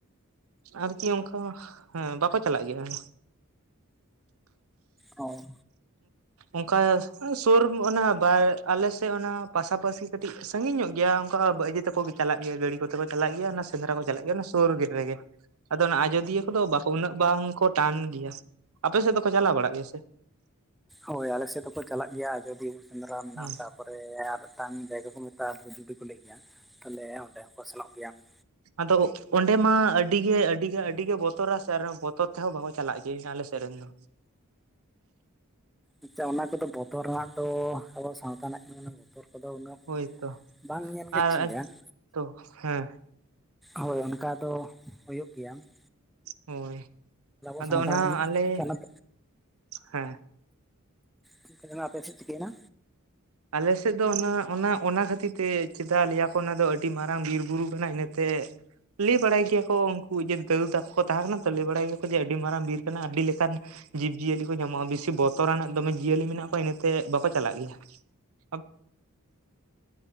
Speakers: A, on the right; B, in the centre.
A: ᱟᱨᱠᱤ ᱚᱱᱠᱟ ᱦᱮᱸ ᱵᱟᱠᱚ ᱪᱟᱞᱟᱜ ᱜᱮᱭᱟ ᱾
B: ᱚ᱾
A: ᱚᱱᱠᱟ ᱥᱳᱨ ᱚᱱᱟ ᱵᱟᱨ ᱟᱞᱮᱥᱮᱫ ᱚᱱᱟ ᱯᱟᱥᱟᱯᱟᱥᱤ ᱠᱟᱹᱴᱤᱡ ᱥᱟᱺᱜᱤᱧ ᱧᱚᱜ ᱜᱮᱭᱟ ᱚᱱᱠᱟ ᱤᱭᱟᱹ ᱛᱟᱠᱚ ᱜᱤ ᱪᱟᱞᱟᱜ ᱜᱮᱭᱟ ᱜᱟᱹᱰᱤ ᱠᱚᱛᱮ ᱠᱚ ᱪᱟᱞᱟᱜ ᱜᱮᱭᱟ ᱥᱮᱸᱫᱽᱨᱟ ᱠᱚ ᱪᱟᱞᱟᱜ ᱜᱮᱭᱟ ᱚᱱᱟ ᱥᱳᱨ ᱨᱮᱜᱮ ᱾ ᱟᱫᱚ ᱚᱱᱟ ᱟᱡᱚᱫᱤᱭᱟᱹ ᱠᱚᱫᱚ ᱩᱱᱟᱹᱜ ᱵᱟᱝᱠᱚ ᱴᱟᱱ ᱜᱮᱭᱟ ᱟᱯᱮ ᱥᱮᱫ ᱫᱚᱠᱚ ᱪᱟᱞᱟᱣ ᱵᱟᱲᱟᱜ ᱜᱮᱭᱟ ᱥᱮ?
B: ᱦᱳᱭ ᱟᱞᱮᱥᱮᱫ ᱫᱚᱠᱚ ᱪᱟᱞᱟᱜ ᱜᱮᱭᱟ ᱟᱡᱚᱫᱤᱭᱟᱹ ᱥᱮᱸᱫᱽᱨᱟ ᱢᱮᱱᱟᱜᱼᱟ
A: ᱦᱩᱸ
B: ᱛᱟᱯᱚᱨᱮ ᱟᱨ ᱢᱤᱫᱴᱟᱝ ᱡᱟᱭᱜᱟ ᱠᱚ ᱛᱟᱯᱚᱨ ᱡᱩᱫᱤ ᱠᱚ ᱞᱟᱹᱭ ᱜᱮᱭᱟ ᱛᱟᱦᱞᱮ ᱚᱸᱰᱮ ᱦᱚᱸᱠᱚ ᱥᱮᱱᱚᱜ ᱜᱮᱭᱟ ᱾
A: ᱟᱫᱚ ᱚᱸᱰᱮ ᱢᱟ ᱟᱹᱰᱤ ᱜᱮ ᱟᱹᱰᱤᱜᱮ ᱟᱰᱤᱜᱮ ᱵᱚᱛᱚᱨᱟ ᱥᱮ ᱵᱚᱛᱚᱨ ᱛᱮᱦᱚᱸ ᱵᱟᱠᱚ ᱪᱟᱞᱟᱜ ᱜᱮᱭᱟ ᱟᱞᱮ ᱥᱮᱫ ᱨᱮᱱ ᱫᱚ ᱾
B: ᱟᱪᱪᱷᱟ ᱚᱱᱟ ᱠᱚᱫᱚ ᱵᱚᱛᱚᱨ ᱨᱮᱱᱟᱜ ᱫᱚ ᱟᱵᱚ ᱥᱟᱶᱛᱟ ᱨᱮᱱᱟᱜ ᱠᱟᱱᱟ ᱵᱚᱛᱚᱨ ᱠᱚᱫᱚ ᱩᱱᱟᱹᱜ
A: ᱦᱳᱭᱛᱚ
B: ᱵᱟᱝ ᱧᱮᱞ ᱜᱮ
A: ᱟᱨ
B: ᱴᱷᱤᱠᱟ ᱾
A: ᱛᱚ ᱦᱮᱸ᱾
B: ᱦᱳᱭ ᱚᱱᱠᱟ ᱫᱚ ᱦᱩᱭᱩᱜ ᱜᱮᱭᱟᱢ ᱾
A: ᱦᱳᱭ ᱟᱫᱚ
B: ᱥᱟᱶᱛᱟ
A: ᱚᱱᱟ ᱟᱞᱮ
B: ᱯᱚᱱᱚᱛ
A: ᱦᱮᱸ ᱾
B: ᱪᱮᱫ ᱪᱤᱠᱟᱹᱭᱱᱟ ᱟᱯᱮ ᱥᱮᱫ ᱪᱷᱤᱠᱟᱹᱭᱮᱱᱟ?
A: ᱟᱞᱮ ᱥᱮᱫ ᱫᱚ ᱚᱱᱟ-ᱚᱱᱟ, ᱚᱱᱟ ᱠᱷᱟᱹᱛᱤᱨ ᱛᱮ ᱪᱮᱫᱟᱜ ᱞᱮᱭᱟ ᱠᱚ ᱚᱱᱟ ᱫᱚ ᱟᱹᱰᱤ ᱢᱟᱨᱟᱝ ᱵᱤᱨᱵᱩᱨᱩ ᱠᱟᱱᱟ ᱤᱱᱟᱹᱛᱮ ᱞᱟᱹᱭ ᱵᱟᱲᱟᱭ ᱜᱮᱭᱟ ᱠᱚ ᱩᱱᱠᱩ ᱡᱮ ᱫᱟᱹᱫᱩ ᱛᱟᱠᱚ ᱠᱚ ᱛᱟᱦᱮᱸ ᱠᱟᱱᱟ ᱛᱚ ᱞᱟᱹᱭ ᱵᱟᱲᱟᱭ ᱜᱮᱭᱟᱠᱚ ᱡᱮ ᱟᱹᱰᱤ ᱢᱟᱨᱟᱝ ᱵᱤᱨ ᱠᱟᱱᱟ ᱟᱹᱰᱤ ᱞᱮᱠᱟᱱ ᱡᱤᱵᱽ-ᱡᱤᱭᱟᱹᱞᱤ ᱠᱚ ᱧᱟᱢᱚᱜ-ᱟ ᱵᱮᱥᱤ ᱵᱚᱛᱚᱨᱟᱱᱟᱜ ᱫᱚᱢᱮ ᱡᱤᱭᱟᱹᱞᱤ ᱢᱮᱱᱟᱜ ᱠᱚᱣᱟ ᱤᱱᱟᱹᱛᱮ ᱵᱟᱠᱚ ᱪᱟᱞᱟᱜ ᱜᱮᱭᱟ ᱾ ᱟᱫ